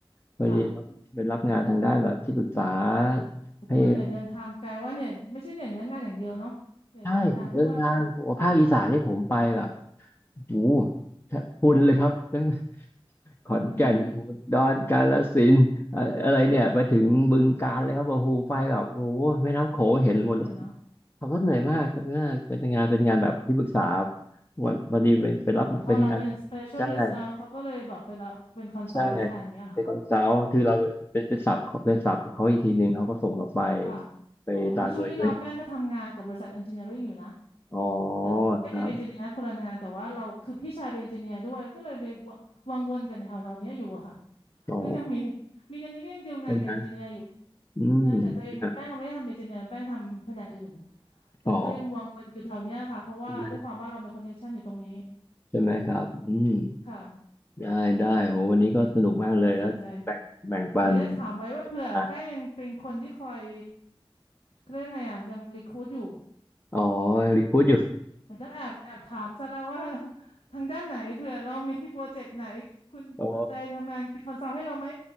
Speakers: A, on the left; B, on the left.
A: ไปรับไปรับงานทางด้านแบบที่ปรึกษา
B: ค่ะแต่มันเหนื่อยเดินทางไกลว่าเนี่ยไม่ใช่เหนื่อยเนื้องานอย่างเดียวเนาะเหนื่อยเดินทางด้วย
A: ให้ ใช่เดินทางโอ้ภาคอีสานนี่ผมไปแบบโอ้โหแทบพรุนเลยครับตั้ง <laughs> ขอนแก่นอุดรกาฬสินธุ์อะอะไรเนี่ยไปถึงบึงกาฬเลยครับโอ้โหไปแบบโอ้โหแม่น้ำโขงเห็นหมดเลย
B: อืมไปเยอะเลยเนาะ
A: ขับรถเหนื่อยมากครับน่าเป็นงานเป็นงานแบบที่ปรึกษาวันวันนี้ไปไปรับเป็นงาน
B: เหมือนพอเราเป็น specialist
A: ใช่
B: แล้วเขาก็เลยแบบไปรับเป็น consult
A: ใช่
B: แทนเงี้ยเหรอคะอ๋อ
A: เป็นคอนซัลท์คือเราเป็นเป็นศัพท์ของเป็นศัพท์เขาอีกทีหนึ่งเขาก็ส่งเราไป
B: ค่ะ
A: ไปตามหน่วยด้วย
B: อ๋อนี่ช่วงที่เราแป้งก็ทำงานกับบริษัท engineering อยู่นะ
A: อ๋อ
B: แต่ว่าไม่ได้เป็น
A: ครับ
B: engineer คนละงานแต่ว่าเราคือพี่ชายเป็น engineer ด้วยก็เลยไปวังวังวนกันแถวๆเนี้ยอยู่อะค่ะ
A: อ๋อ
B: ก็ยังมีมีตอนนี้ก็ยังดีลงานกับ
A: ใช่ไหม
B: engineer อยู่
A: อืม
B: ใช่แต่ตัวเองแป้งไม่ได้ทำเป็น engineer แป้งทำแผนกอื่นแต่ก็ยังวังวนอยู่แถวเนี้ยค่ะเพราะว่าด้วยความว่าเรามี
A: อ๋อใช่ไหม
B: connection อยู่ตรงนี้
A: ใช่ไหมครับอืม
B: ค่ะ
A: ได้ได้โหวันนี้ก็สนุกมากเลยแล้วแบ่งแบ่งปัน
B: น่าสนใจ เดี๋ยวจะถามไว้ว่าเผื่อแป้งยังเป็นคนที่คอย
A: อ๋
B: เรื่องไงอ่ะยังรีครูทอยู่
A: อ๋อรีพูดอยู่
B: ีต้องแอบแอบถามซะแล้วว่า <laughs> ทางด้านไหนเผื่อเรามีโปรเจกต์ไหนคุณสนใจทำงานเป็นคอนซัลท์ให้เราไหม
A: <laughs> อ๋อ